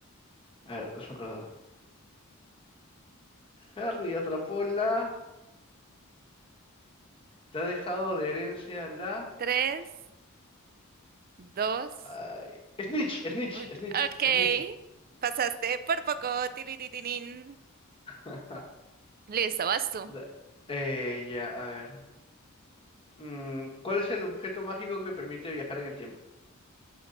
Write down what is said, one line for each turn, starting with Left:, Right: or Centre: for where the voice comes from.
Left: A ver, déjame acordar. Harry atrapó la... Te ha dejado de herencia la...
Right: Tres, dos.
Left: ay, Snitch, Snitch,
Right: Uno.
Left: Snitch,
Right: Ok.
Left: Snitch.
Right: Pasaste por poco. tiriririrín.
Left: Ja,
Right: Listo, vas tú.
Left: da- eh, ya, a ver. Mm, ¿cuál es el objeto mágico que permite viajar en el tiempo?